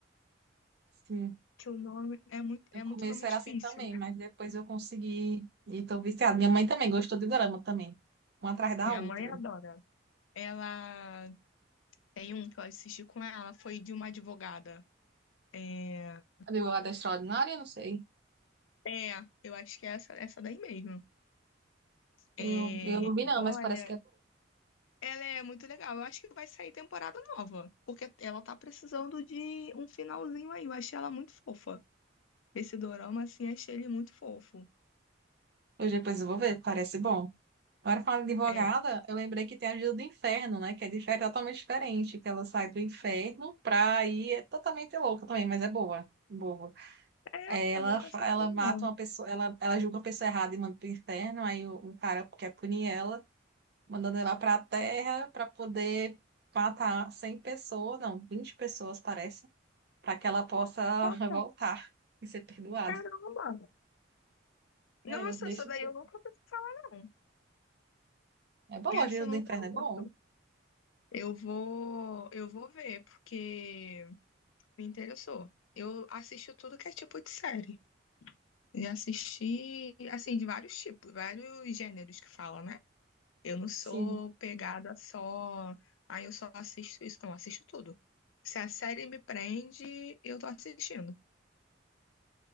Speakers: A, on the right (about 55°); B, on the left (about 80°).
A: Sim.
B: que o nome é muito, é
A: No começo
B: muito nome
A: era
B: difícil.
A: assim também, mas depois eu consegui... E tô viciada. Minha mãe também gostou de dorama também. Uma atrás da
B: Minha
A: outra.
B: mãe adora. Ela tem um que eu assisti com ela, foi de uma advogada. É,
A: A Advogada Extraordinária, não sei.
B: é eu acho que é essa, essa daí mesmo.
A: Eu,
B: É,
A: eu não vi não,
B: olha,
A: mas parece que é bom.
B: ela é muito legal. Eu acho que vai sair temporada nova, porque ela tá precisando de um finalzinho aí. Eu achei ela muito fofa. Esse dorama, assim, achei ele muito fofo.
A: Hoje depois eu vou ver, parece bom. Agora falando de advogada,
B: É,
A: eu lembrei que tem a Ajuda do Inferno, né? Que é diferente, totalmente diferente, que ela sai do inferno pra ir, é totalmente louca também, mas é boa, boa.
B: é,
A: É, Ela,
B: eu nunca
A: fa-
B: assisti
A: ela
B: um,
A: mata
B: não.
A: uma pessoa, ela, ela julga uma pessoa errada e manda pro inferno, aí o, o cara quer punir ela, mandando ela pra terra pra poder matar 100 pessoas, não, 20 pessoas parece, pra que ela possa
B: Nossa,
A: <laughs> voltar e ser perdoada.
B: caramba! Nossa,
A: Era, deixa
B: essa daí
A: eu ver.
B: eu nunca ouvi falar, não.
A: É bom,
B: Essa
A: a Ajuda
B: eu
A: do
B: não
A: Inferno
B: conheço.
A: é bom.
B: Eu vou, eu vou ver, porque me interessou. Eu assisto tudo que é tipo de série. E assisti, assim, de vários tipos, vários gêneros que falam, né? Eu não sou
A: Sim,
B: pegada só, ah, eu só assisto isso, não, eu assisto tudo. Se a série me prende, eu tô assistindo.